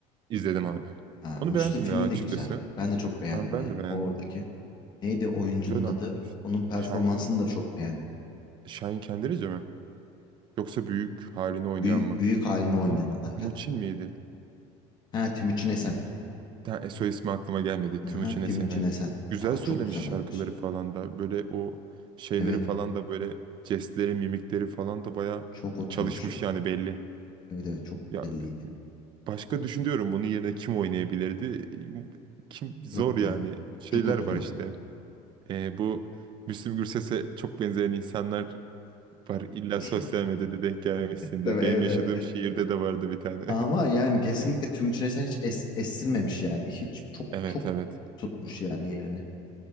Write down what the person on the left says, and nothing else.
Ha,
Müslüm
filmi
de güzeldi. Ben de çok beğendim
ya
oradaki. Neydi oyuncunun
adı? Onun performansını
da çok beğendim.
Büyük,
büyük halini oynayan
adamca.
Ha Timuçin Esen.
Ha
Timuçin
Esen.
Ya,
çok güzel
oynamış.
Evet.
Çok oturmuş
ya.
Evet evet çok
belliydi.
Yok
ya.
Cuk oturuyor.
<laughs>
Tabii,
evet
evet.
Ama yani kesinlikle Timuçin Esen hiç es, estirmemiş yani. Hiç çok
çok
tutmuş yani yerini.